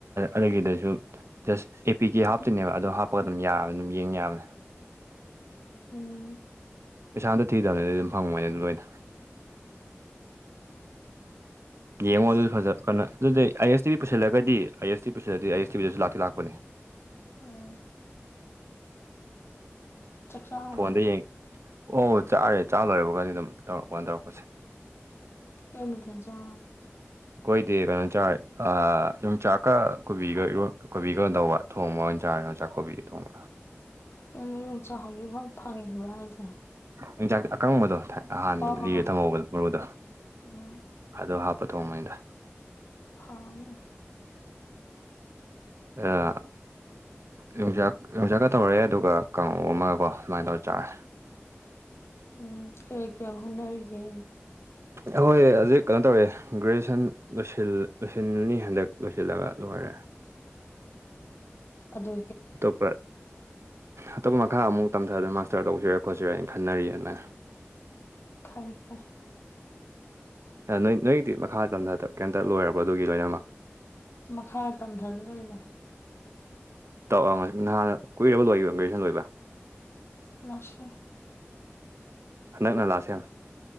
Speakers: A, on the right; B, on the left.
A: ꯑꯗꯨꯒꯤꯗꯁꯨ ꯖꯁ ꯑꯦꯄꯤꯀꯦ ꯍꯥꯞꯇꯨꯏꯅꯦꯕ ꯑꯗꯨ ꯍꯥꯞꯄꯒ ꯑꯗꯨꯝ ꯌꯥꯕꯅꯦ ꯑꯗꯨꯝ ꯌꯦꯡ ꯌꯥꯕꯅꯦ
B: ꯎꯝ
A: ꯄꯩꯁꯥ ꯑꯝꯇ ꯊꯤꯗꯕꯅꯦ ꯑꯗꯨꯝ ꯐꯪꯕꯅꯦ ꯑꯗꯨ ꯂꯣꯏꯅ ꯌꯦꯡꯉꯣ
B: ꯑꯁ
A: ꯑꯗꯨ ꯐꯖ ꯀꯩꯅꯣ ꯑꯗꯨꯗꯤ ꯑꯥꯏ ꯑꯦꯁ ꯌꯦꯡꯉꯣ ꯑꯗꯨ ꯐꯖꯕꯅꯦ ꯑꯗꯨꯗꯤ ꯑꯥꯏ ꯑꯦꯁ ꯇꯤꯚꯤ ꯄꯨꯁꯜꯂꯒꯗꯤ ꯑꯥꯏ ꯑꯦꯁ ꯇꯤꯚꯤ ꯄꯨꯁꯤꯜꯂꯗꯤ ꯑꯥꯏ ꯑꯦꯁ ꯇꯤꯚꯤꯗꯁꯨ ꯂꯥꯛꯇꯤ ꯂꯥꯛꯄꯅꯦ
B: ꯎꯝ ꯆꯥꯛ ꯆꯥꯔꯕ
A: ꯐꯣꯟꯗ ꯌꯦꯡ ꯑꯣ ꯆꯥꯔꯦ ꯆꯥ ꯂꯣꯏꯕꯒꯅꯦ ꯑꯗꯨꯝ ꯇꯧꯔꯛꯄꯥꯟ ꯇꯧꯔꯛꯄꯁꯦ
B: ꯀꯩ ꯃꯊꯦꯜ ꯆꯥ
A: ꯑꯩꯈꯣꯏꯗꯤ ꯀꯩꯅꯣ ꯆꯥꯔꯦ ꯑꯥ ꯌꯣꯡꯆꯥꯛꯀ ꯀꯣꯕꯤꯒ ꯏꯔꯣꯟ ꯀꯣꯕꯤꯒꯗꯧꯕ ꯊꯣꯡꯕ ꯑꯣꯏꯅ ꯆꯥꯔꯦ ꯌꯣꯡꯆꯥꯛꯀ ꯀꯣꯕꯤꯒ ꯊꯣꯡꯕ
B: ꯀꯩꯅꯣ ꯌꯣꯡꯆꯥꯛ ꯍꯧꯖꯤꯛꯐꯥꯎ ꯐꯪꯉꯤꯕ ꯍꯥꯏꯁꯦ
A: ꯌꯣꯡꯆꯥꯛꯇꯤ ꯑꯀꯪꯕꯗꯣ ꯍꯥꯟꯕ
B: ꯑꯣ
A: ꯂꯤꯔꯦ
B: ꯑꯣ
A: ꯊꯝꯍꯧꯕꯗꯣ ꯃꯔꯨꯗꯣ
B: ꯎꯝ
A: ꯑꯗꯣ ꯍꯥꯞꯄ ꯊꯣꯡꯕꯅꯤꯗ
B: ꯍꯥꯎꯅꯤ
A: ꯑꯥ ꯌꯣꯡꯆꯥꯛ ꯌꯣꯡꯆꯥꯛꯀ ꯇꯧꯔꯦ ꯑꯗꯨꯒ ꯀꯥꯡꯍꯧ ꯑꯃꯒꯀꯣ ꯑꯗꯨꯃꯥꯏꯅ ꯇꯧꯔ ꯆꯥꯔꯦ
B: ꯎꯝ ꯀꯩ ꯀꯩ ꯍꯣꯠꯅꯔꯤꯒꯦ
A: ꯑꯩꯈꯣꯏ ꯍꯧꯖꯤꯛ ꯀꯩꯅꯣ ꯇꯧꯔꯦ ꯒ꯭ꯔꯦꯖꯨꯑꯦꯁꯟ ꯂꯣꯏꯁꯤꯜ ꯂꯣꯏꯁꯤꯜꯂꯅꯤ ꯍꯟꯗꯛ ꯂꯣꯏꯁꯤꯜꯂꯒ ꯂꯣꯏꯔꯦ
B: ꯑꯗꯨ
A: ꯑꯇꯣꯞꯄ ꯑꯇꯣꯞꯄ ꯃꯈꯥ ꯑꯃꯨꯛ ꯇꯝꯊꯗꯅ ꯃꯥꯁꯇꯔ ꯇꯧꯁꯤꯔ ꯈꯣꯠꯁꯤꯔꯅ ꯈꯟꯅꯔꯤꯌꯦ ꯑꯗꯨꯃꯥꯏꯅ
B: ꯐꯩ ꯐꯩ
A: ꯅꯣꯏ ꯅꯣꯏꯒꯤꯗꯤ ꯃꯈꯥ ꯇꯝꯊ ꯀꯩꯝꯇ ꯂꯣꯏꯔꯕꯣ ꯑꯗꯨꯒꯤ ꯂꯣꯏꯅꯃꯛ
B: ꯃꯈꯥ ꯇꯝꯊꯔꯔꯣꯏꯗ
A: ꯇꯧ ꯑꯥ ꯅꯥꯍꯥꯟꯅ ꯀꯨꯏꯔꯕꯣ ꯂꯣꯏꯒꯤꯕ ꯒ꯭ꯔꯦꯖꯨꯑꯦꯁꯟ ꯂꯣꯏꯕ
B: ꯂꯥꯁ ꯏꯌ꯭ꯥꯔ
A: ꯍꯟꯗꯛꯅ ꯂꯥꯏꯁ ꯏꯌꯥ꯭ꯔ